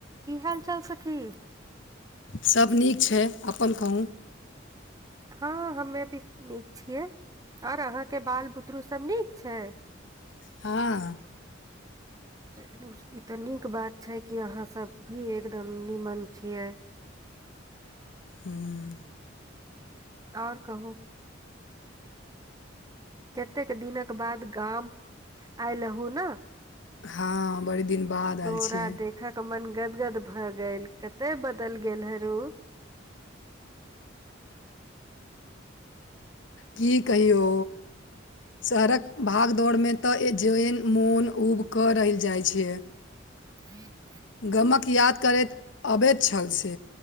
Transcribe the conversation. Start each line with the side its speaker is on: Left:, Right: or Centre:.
Right: कि हाल चाल सखी
Left: सभ नीक छै अपन कहू
Right: हँ हमे भी नीक छियै आओर अहाँकेँ बाल बुतरू सभ नीक छै
Left: हँ।
Right: चलू ई तऽ नीक बात छै कि अहाँसभ भी एकदम निीमन छियै
Left: हूँ
Right: आओर कहू कतेक दिन कऽ बाद गाम आयलूँ ने
Left: हँ बड़ी दिन बाद आयल
Right: तोरा
Left: छियै
Right: देखक मन गदगद भऽ गेल कते बदल गेल हे र
Left: कि कहियौ शहरक भागदौड़ मे तऽ जन मोन उब कऽ र जाइ छै
Right: <unintelligible>
Left: गमक याद करैत अबैत छल से